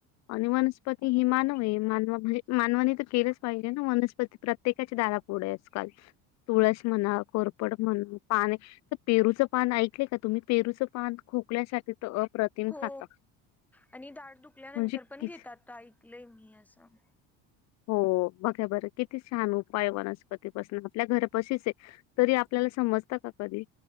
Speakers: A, on the left (about 50°); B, in the centre.
A: आणि वनस्पती हे मानव आहे मानवा म्हणजे मानवानी तर केलेच पाहिजे वनस्पती प्रत्येकाच्या दारापुढ आजकाल तुळस म्हणा कोरपड म्हणा पान पेरूचं पान ऐकले का तुम्ही पेरूचं पान खोकल्यासाठी तर अप्रतिम
B: हो
A: खाता
B: आणि दाट दुखल्यानंतर
A: म्हणजे
B: पण
A: कि
B: घेतात ऐकले मी असं
A: हो बघा बरं किती छान उपाय वनस्पतीपासून आपल्या घरापशीच आहे तरी आपल्याला समजत का कधी